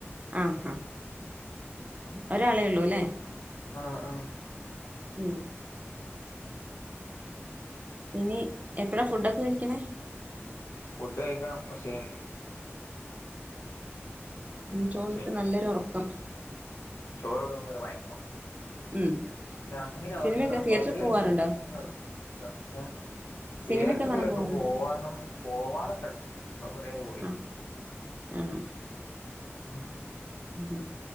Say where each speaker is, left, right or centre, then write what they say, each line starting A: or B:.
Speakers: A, on the right; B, on the left.
A: ആഹ ആ ഒരാളേ ഉള്ളൂ അല്ലേ
B: ആഹ ആഹ
A: ഉം ഇനി എപ്പഴാ ഫുഡൊക്കെ കഴിക്കണേ
B: ഫുഡ് കഴിക്കണം കോർച്ച് കഴിഞ്ട്ട്
A: ഉം
B: കുറച്ച്
A: ചോറ്ണ്ടിട്ട്
B: കഴിഞ്ഞിട്ട്
A: നല്ലൊരു ഒറക്കം
B: ചോറ് തിന്നോരു മയക്കം
A: ഉം
B: അങ്ങനെ
A: സിനിമയൊക്കെ
B: ഒറങ്ങന
A: തിയേറ്ററിൽ
B: പകല്
A: പോവാറുണ്ടോ
B: അങ്ങനെ ഒറങ്ങുലട്ടോ ഏഹ്
A: സിനിമയൊക്കെ
B: തിയേറ്ററിലൊക്കെ
A: കാണാൻ പോവാറുണ്ടോ
B: പോവണന്ന് പോവാറൊക്കെ ഇണ്ട് പ്പ കോറെ പോയി.
A: ആഹ് ആണോ?
B: ആഹ്
A: ഹ്